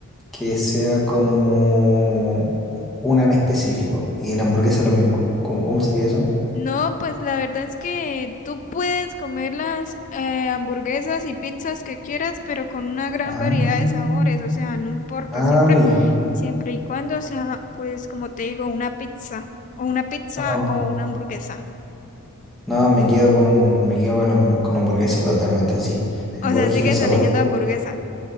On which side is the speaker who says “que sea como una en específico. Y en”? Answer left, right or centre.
Centre